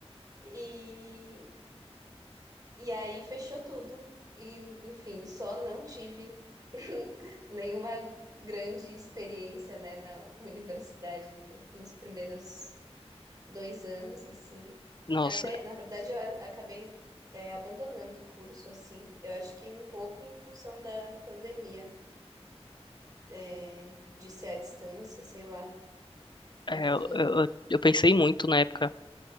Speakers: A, on the right; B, on the left.
A: e, e aí fechou tudo. E, enfim, só não tive <laughs> nenhuma grande experiência, né, na universidade no- nos primeiros dois anos, assim.
B: Nossa,
A: Até, na verdade, eu a- acabei, é, abandonando o curso, assim. Eu acho que um pouco em função da pandemia, é, de ser à distância, sei lá.
B: é,
A: Enfim.
B: eu, eu, eu pensei muito na época